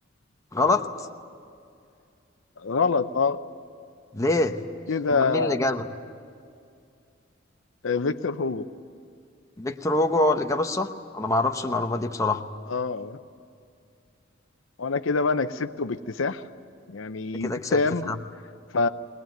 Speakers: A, on the left (about 15°); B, on the left (about 75°).
A: غلط
B: غلط اه
A: ليه؟
B: كده
A: أمال مين اللي جابه؟
B: آه فيكتور هوجو
A: فيكتور هوجو هو اللي جاب الصح؟ أنا معرفش المعلومة دي بصراحة
B: اه وانا كده بقى انا كسبته باكتساح يعني
A: أنت كده كسبت
B: تام
A: فيها
B: فا